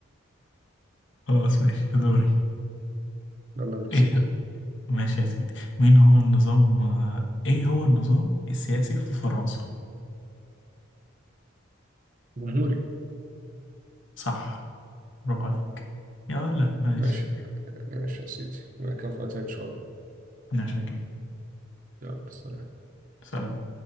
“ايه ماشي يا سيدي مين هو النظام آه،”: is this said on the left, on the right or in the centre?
Left